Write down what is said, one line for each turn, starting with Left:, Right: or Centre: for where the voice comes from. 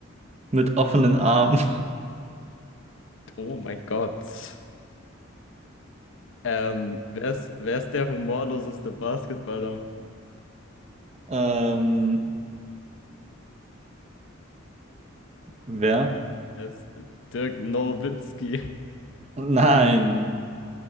Right: Mit offenen Armen.
Left: Oh mein Gott. Ähm, wer ist, wer ist der humorloseste Basketballer?
Right: Ähm, wer?
Left: Es ist Dirk Nowitzki.
Right: Nein,